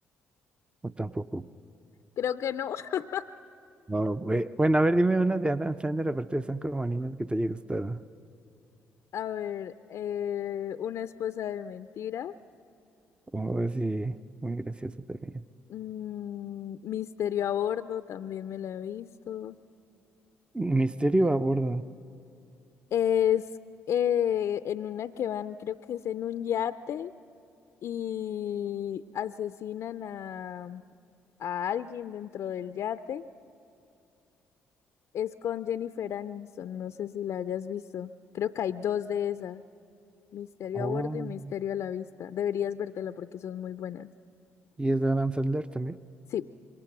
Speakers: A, on the right; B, on the left.
A: o tampoco.
B: Creo que no. <laughs>
A: No, güey. Bueno, a ver, dime una de Adam Sandler, aparte de San Animas que te haya gustado.
B: A ver, eh, una esposa de mentira.
A: Como así, muy gracioso también.
B: Mm, Misterio a bordo, también me la he visto.
A: Misterio a bordo.
B: Es eh, en una que van, creo que es en un yate y asesinan a, a alguien dentro del yate. Es con Jennifer Aniston, no sé si la hayas visto. Creo que hay dos de esas. Misterio
A: Oh,
B: a bordo
A: man.
B: y misterio a la vista. Deberías vértela porque son muy buenas.
A: y es de Adam Sandler también.
B: Sí,